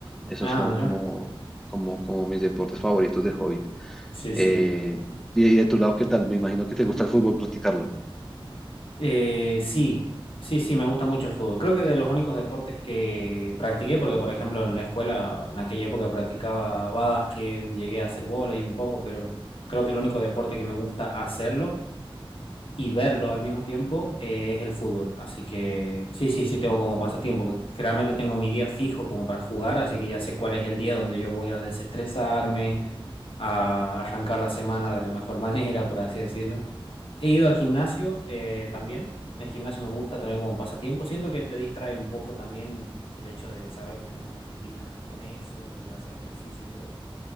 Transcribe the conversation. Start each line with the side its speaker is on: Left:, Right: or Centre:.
Centre: Esos
Left: Ah,
Centre: son
Left: mira.
Centre: como, como, como mis deportes favoritos de hobby.
Left: Sí,
Centre: Eh,
Left: sí.
Centre: y, y de tu lado, ¿qué tal? Me imagino que te gusta el fútbol, practicarlo.
Left: Eh, sí, sí, sí, me gusta mucho el fútbol. Creo que de los únicos deportes que practiqué, porque por ejemplo en la escuela, en aquella época practicaba básquet, llegué a hacer vóley un poco, pero creo que el único deporte que me gusta hacerlo y verlo al mismo tiempo eh, es el fútbol. Así que sí, sí, sí tengo como pasatiempo, que realmente tengo mi día fijo como para jugar, así que ya sé cuál es el día donde yo voy a desestresarme, a arrancar la semana de la mejor <laughs> manera, por así decirlo. He ido al gimnasio eh, también. El gimnasio me gusta también como pasatiempo. Siento que te distrae un poco también el hecho de saber que tenés una rutina con eso, el hacer ejercicio y todo.